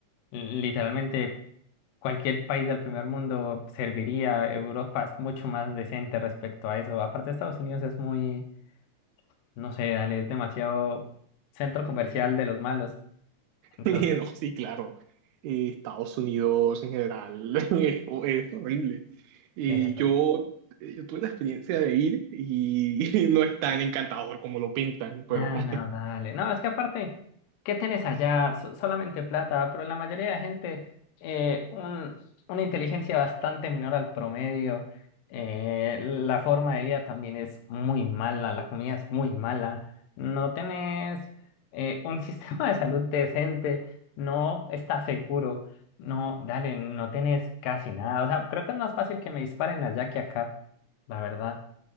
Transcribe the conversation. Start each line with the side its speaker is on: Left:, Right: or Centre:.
Left: li- literalmente cualquier país del primer mundo serviría. Europa es mucho más decente respecto a eso. Aparte, Estados Unidos es muy no sé, dale, es demasiado centro comercial
Right: <laughs>
Left: de los malos. Entonces,
Right: No, sí, claro. Eh, Estados Unidos en general <laughs> es, es horrible. Y
Left: es eso.
Right: yo, yo tuve la experiencia de ir y <laughs> no es tan encantador como lo pintan,
Left: No,
Right: pero <laughs>
Left: no, dale. No, es que aparte, ¿qué tenés allá? So- solamente plata, pero la mayoría de gente, eh, un- una inteligencia bastante menor al promedio. eh, la forma de vida también es muy mala, la comida es muy mala. No tenés eh, un <laughs> sistema de salud decente, no estás seguro. No, dale, no tenés casi nada. O sea, creo que es más fácil que me disparen allá que acá, la verdad.